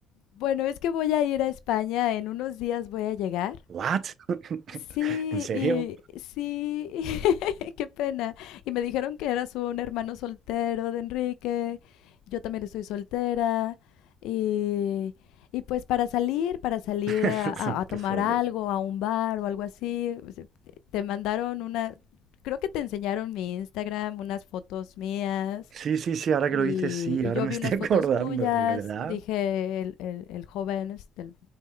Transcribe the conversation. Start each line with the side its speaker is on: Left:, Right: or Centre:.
Left: Bueno, es que voy a ir a España, en unos días voy a llegar.
Right: ¿What? <laughs>
Left: Sí,
Right: ¿En serio?
Left: y sí, <laughs> qué pena. Y me dijeron que eras un hermano soltero de Enrique, yo también estoy soltera, y, y pues para salir, para salir
Right: <laughs>
Left: a, a- a tomar
Right: Qué fuerte.
Left: algo, a un bar o algo así, o sea, te mandaron una, creo que te enseñaron mi Instagram, unas fotos mías,
Right: Sí, sí, sí, ahora
Left: y,
Right: que lo dices, sí,
Left: y
Right: ahora
Left: yo
Right: me
Left: vi
Right: estoy
Left: unas
Right: <laughs>
Left: fotos
Right: acordando,
Left: tuyas,
Right: de verdad.
Left: dije, el, el- el joven este, el-